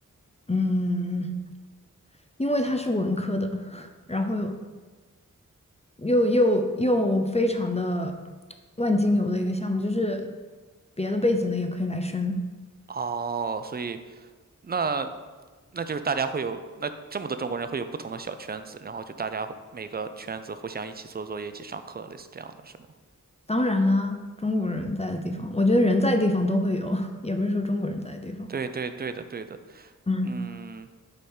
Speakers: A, on the left; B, on the right.
A: 嗯，因为他是文科的，然后又又又又非常的万金油的一个项目，就是别的背景的也可以来申。
B: 哦，所以那那就是大家会有，那这么多中国人会有不同的小圈子，然后就大家互每个圈子互相一起做作业、一起上课，类似这样的是吗？
A: 当然啦，中国人在的地方，我觉得人在的地方都会有，也不是说中国人在的地方。
B: 对对对的对的，
A: 嗯
B: 嗯，